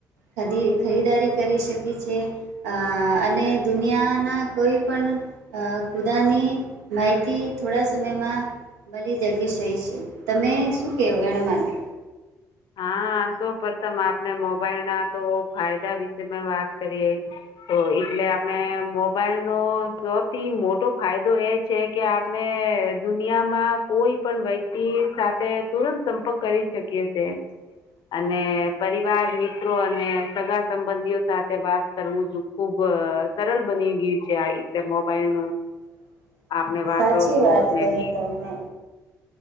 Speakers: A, on the right; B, on the left.
A: ખદી ખરીદારી કરી શકી છે અ અને દુનિયાના કોઈ પણ ખુદાની માહિતી થોડા સમયમાં ભલે જગ્યા સહી છે તમે શું કહો વના માટે
B: હા સૌ પ્રથમ આપને મોબાઈલ ના તો ફાયદા વિશે વાત કરીએ તો એટલે આપણે મોબાઈલ નો સૌથી મોટો ફાયદો એ છે કે આપણે દુનિયામાં કોઈ પણ વ્યક્તિ સાથે તુરંત સંપર્ક કરી શકીએ છે
A: <inaudible>
B: અને પરિવાર મિત્રો અને સગા સંબંધીઓ સાથે વાત કરવું જો ખુબ સરળ બની ગયું છે આ એટલે મોબાઈલ નું
A: હ
B: આપણે વાપરો
A: સાચી
B: તો
A: વાત
B: ને
A: કહી
B: બી
A: તમને